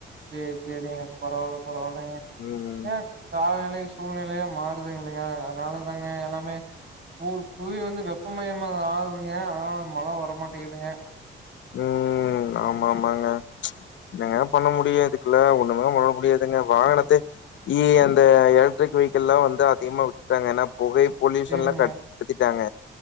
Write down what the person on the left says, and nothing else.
ம்,
ம் ஆமா ஆமாங்க என்னங்க பண்ண முடியதுக்குல்ல ஒண்ணுமே பண்ண முடியாதுங்க வாகனத்தே இ அந்த எலக்ட்ரிக் வெஹைகல்லா வந்து அதிகமா விட்டாங்க ஏன்னா புகை பொல்யூஷன்ல
கட்பத்திட்டாங்க